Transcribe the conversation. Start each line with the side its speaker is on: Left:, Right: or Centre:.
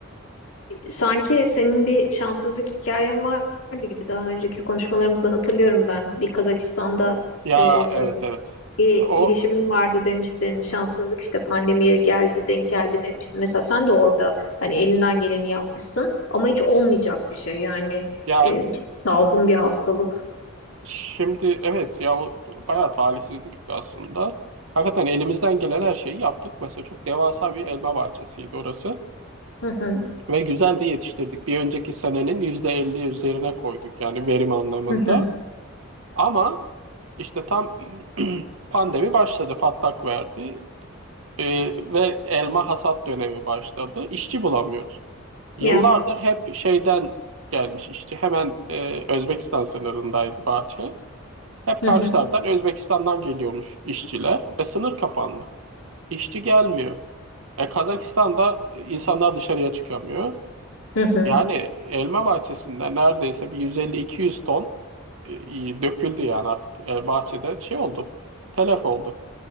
Left: Sanki senin bir şanssızlık hikayen vardı gibi daha önceki konuşmalarımızdan hatırlıyorum ben. Bir Kazakistan'da
Right: Ya
Left: e, şey
Right: evet evet.
Left: bir
Right: O
Left: girişimin vardı demiştin. Şanssızlık işte pandemiye geldi, denk geldi demiştin. Mesela sen de orada hani elinden geleni yapmışsın ama hiç olmayacak bir şey yani
Right: ya
Left: e, salgın bir hastalık.
Right: şimdi evet ya o bayağı talihsizlik aslında. Hakikaten elimizden gelen her şeyi yaptık. Mesela çok devasa bir elma bahçesiydi orası.
Left: Hı hı.
Right: Ve güzel de yetiştirdik. Bir önceki senenin %50 üzerine koyduk yani verim anlamında.
Left: Hı hı.
Right: Ama işte tam <clears throat> pandemi başladı, patlak verdi. Ee, ve elma hasat dönemi başladı. İşçi bulamıyoruz. Yıllardır
Left: Ya.
Right: hep şeyden gelmiş işçi. Hemen e, Özbekistan sınırındaydı bahçe. Hep
Left: Hı
Right: karşı
Left: hı.
Right: taraftan Özbekistan'dan geliyormuş işçiler. E sınır kapandı. İşçi gelmiyor. E, Kazakistan'da insanlar dışarıya çıkamıyor.
Left: Hı hı.
Right: Yani elma bahçesinde neredeyse bir 150-200 ton e, döküldü yani artık. E, bahçede şey oldu. Telef oldu.